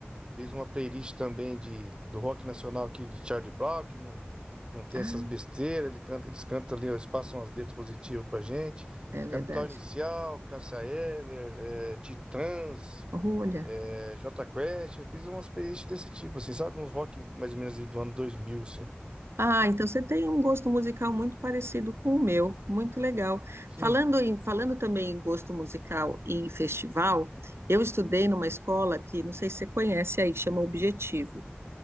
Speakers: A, on the right (about 25°); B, on the right (about 90°).
A: Fiz uma playlist também de, do rock nacional aqui de Charlie Brown, que não, não tem
B: Ah,
A: essas besteiras. Ele canta, eles cantam ali, eles passam as letras positivas pra gente.
B: é verdade.
A: Capital Inicial, Cássia Eller, eh, Titãs,
B: Olha.
A: eh, Jota Quest. Eu fiz umas playlists desse tipo, assim, sabe? Uns rock mais ou menos do ano 2000, assim.
B: Ah, então você tem um gosto musical muito parecido com o meu, muito legal.
A: Sim,
B: Falando em, falando também em gosto musical e em festival, eu estudei numa escola que não sei se você conhece aí, chama Objetivo.